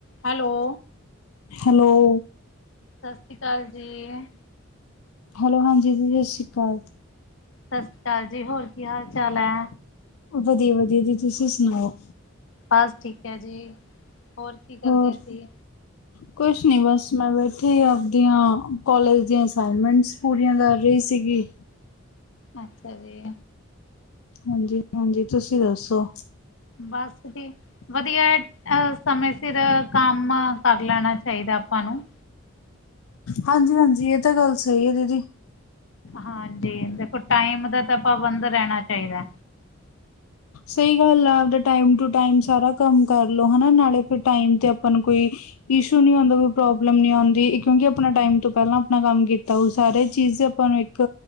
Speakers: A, on the left; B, on the left.
A: Hello.
B: Hello.
A: ਸਸਰੀ ਕਾਲ ਜੀ।
B: Hello ਹਾਂਜੀ ਦੀਦੀ ਸਸ਼ਰੀ ਕਾਲ।
A: ਸਸਰੀ ਕਾਲ ਜੀ ਹੋਰ ਕੀ ਹਾਲ-ਚਾਲ ਐ?
B: ਵਦੀਆ-ਵਦੀਆ ਜੀ ਤੁਸੀਂ ਸੁਣਾਓ?
A: ਬਸ ਠੀਕ ਐ ਜੀ। ਹੋਰ ਕੀ ਕਰਦੇ
B: ਹੋਰ?
A: ਸੀ
B: ਕੁਛ ਨੀਂ ਬਸ ਮੈਂ ਬੈਠੀ ਆਪਦੀਆਂ, ਕੋਲਜ ਦੀਆਂ ਅਸਾਈਨਮੈਂਟਸ ਪੂਰੀਆਂ ਕਰ ਰਈ ਸੀਗੀ।
A: ਅੱਛਾ ਜੀ।
B: ਹਾਂਜੀ-ਹਾਂਜੀ, ਤੁਸੀਂ ਦੱਸੋ?
A: ਬੱਸ ਜੀ, ਵਦੀਐ, ਐ ਸਮੇਂ ਸੇਰ ਕੰਮ ਕਰ ਲੈਣਾ ਚਾਈਦਾ ਆਪਾਂ ਨੂੰ।
B: ਹਾਂਜੀ-ਹਾਂਜੀ, ਏ ਤਾਂ ਗੱਲ ਸਈ ਏ ਦੀਦੀ।
A: ਹਾਂਜੀ, ਦੇਖੋ ਟਾਈਮ ਦਾ ਤਾਂ ਪਾਬੰਦ ਰੈਣਾ ਚਾਈਦੈ।
B: ਸਈ ਗੱਲ ਆ ਆਵਦੇ ਟਾਈਮ ਟੂ ਟਾਈਮ ਸਾਰਾ ਕੰਮ ਕਰਲੋ ਹਨਾ ਨਾਲੇ ਫ ਟਾਈਮ ਤੇ ਅ ਪਾਂ ਨੂੰ ਕੋਈ, ਇਸ਼ੂ ਨੀ ਆਉਂਦਾ ਕੋਈ ਪ੍ਰੋਬਲਮ ਨੀ ਆਂਦੀ ਕਿਉਂਕਿ ਆਪਣਾ ਟਾਈਮ ਤੋਂ ਪੈਲਾਂ ਆਪਣਾ ਕੰਮ ਕੀ ਤਾ ਹੋਉ ਸਾਰੇ ਚੀਜ਼ ਆਪਾਂ ਨੂੰ ਇਕ,